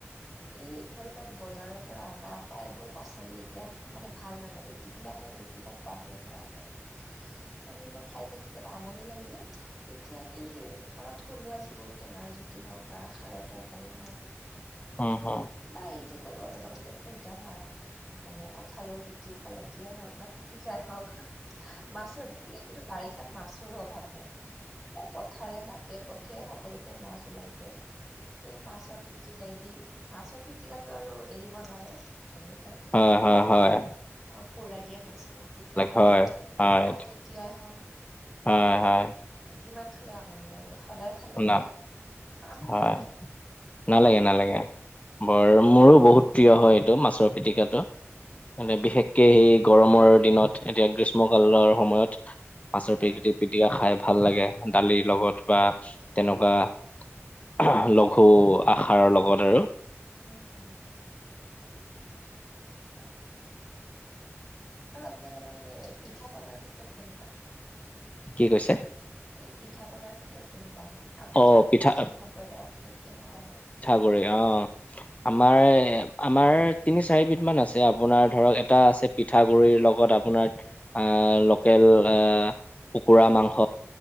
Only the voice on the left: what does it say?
অ হ।
হয় হয় হয়।
হয়,
হয়,
হয় হয়।
না,
হয়,
নালাগে নালাগে বৰ মোৰো বহুত। প্ৰিয় হয় এইটো মাছৰ পিটিকটো মই
বিশেষকে সেই। গৰমৰ দিনত এতিয়া গ্ৰীষ্মকালৰ সময়ত আচাৰ
প্ৰকৃতি। পিটিকা খাই ভাল লাগে দালিৰ লগত বা। তেনেকুৱা লঘু আসাৰৰ লগত আৰু।
কি কৈছে?
অ',
পিঠা
পৰে অঁ। আমাৰ আমাৰ তিনি চাৰি বিধ মান আছে। আপোনাৰ ধৰক এটা আছে- পিঠাগুৰিৰ লগত আপোনাৰ আহ লোকেল আহ কুকুৰা মাংস।